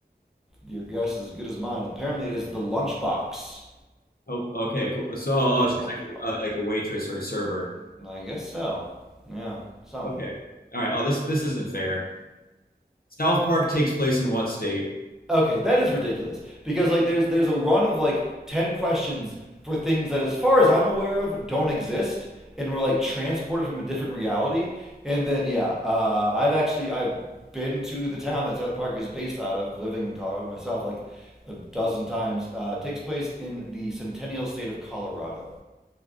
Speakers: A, in the centre; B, on the left (about 60°).
A: Your guess is as good as mine. Apparently, it is the lunchbox.
B: Oh, okay, cool. Uh, So, oh,
A: The
B: oh,
A: lunchbox.
B: she's like a, uh, like a waitress or a server.
A: I guess so. Yeah, something.
B: Okay, all right. Oh, this this isn't fair. South Park takes place in what state?
A: Okay, that is ridiculous because like there's there's a run of like 10 questions for things that as far as I'm aware of don't exist and were like transported from a different reality. And then yeah, uh, I've actually I've been to the town that South Park is based out of, living in Colorado myself like a dozen times. Uh, it takes place in the Centennial State of Colorado.